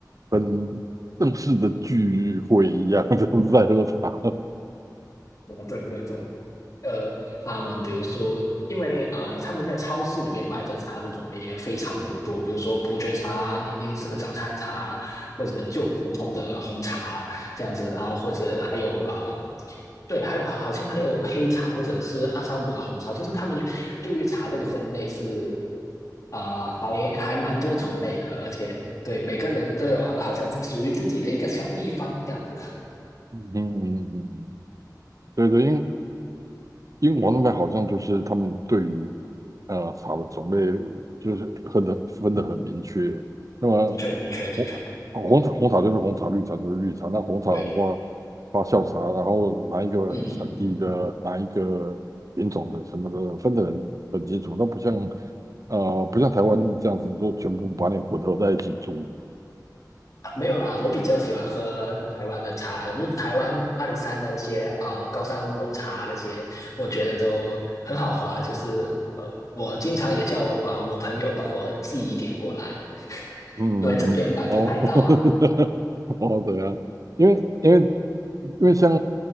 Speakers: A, on the right; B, on the left.
A: 很正式的聚会一样，<laughs> 就是在喝茶。
B: 哦对对对，呃，他们比如说，因为啊、呃他们在超市里面卖的茶的种类也非常的多，比如说伯爵茶、英式的早餐茶，或者就普通的红茶这样子，然后或者还有啊、呃对，还有好像还有黑茶或者是阿萨姆的红茶，就是他们有对于茶这个分类是啊、呃还还蛮多种类的，而且对每个人都有好像属于自己的一个小秘方这样子。
A: <laughs> 嗯嗯嗯嗯，嗯对对，因英国那边好像就是他们对于呃茶的种类就是分的分的很明确。那么
B: 的确，的确，的确，
A: 红红茶红茶就是红茶，绿茶就是绿茶。那红茶的话，
B: 对，
A: 发酵茶，然后哪一个产地的哪一个品种的什么的，
B: 嗯，
A: 分的很很清楚。那不像呃不像台湾这样子，都全部把你混合在一起煮。
B: 没有啦，我比较喜欢喝台湾的茶，就是台湾阿里山的那些啊、呃高山乌龙茶那些，我觉得都很好喝啊。就是呃，我经常也叫我啊、呃我朋友帮我寄一点过来，
A: 嗯嗯嗯，
B: 因为这边买不太到。
A: 哦 <laughs> 哦，对啊，因为因为因为像